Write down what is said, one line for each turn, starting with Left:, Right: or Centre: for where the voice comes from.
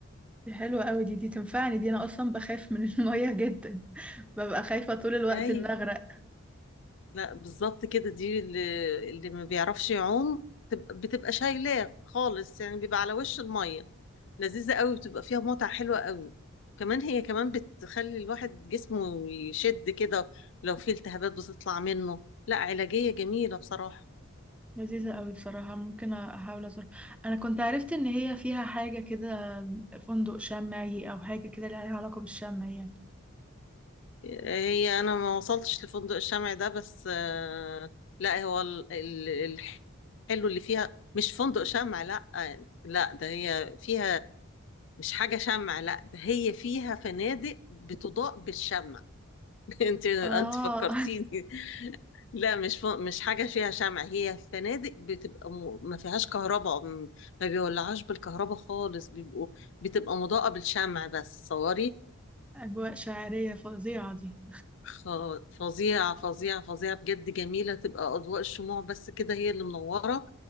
Centre: دي حلوه قوي دي دي تنفعني دي انا اصلا بخاف من <laughs> الميه جدا ببقى خايفه طول الوقت
Left: أي
Centre: ان اغرق
Left: لا بالظبط كده دي اللي, اللي ما بيعرفش يعوم بتبقى بتبقى شايلاه خالص يعني بيبقى على وش المية لذيذة قوي بتبقى فيها متعة حلوة قوي كمان هي كمان بتخلي الواحد جسمه يشد كده لو في التهابات بتطلع منه لا علاجية جميلة بصراحة
Centre: لذيذة قوي بصراحة ممكن أحاول أزور أنا كنت عرفت إن هي فيها حاجة كده فندق شمعي أو حاجة كده لها علاقة بالشمع يعني
Left: هي أنا ما وصلتش لفندق الشمع ده بس آه، لا هو ال- ال- الحلو اللي فيها مش فندق شمع لا لا ده هي فيها مش حاجة شمع لا ده هي فيها فنادق بتضاء بالشمع <laughs> انت انت
Centre: آه
Left: فكرتيني لا مش ف... مش حاجه فيها شمع هي فنادق بتبقى م... ما فيهاش كهرباء م- ما بيولعوش بالكهرباء خالص بيبقوا بتبقى مضاءه بالشمع بس صوري
Centre: <laughs> أجواء شاعرية فظيعة دي
Left: خ... فظيعه فظيعه فظيعه بجد جميله تبقى اضواء الشموع بس كده هي اللي منوره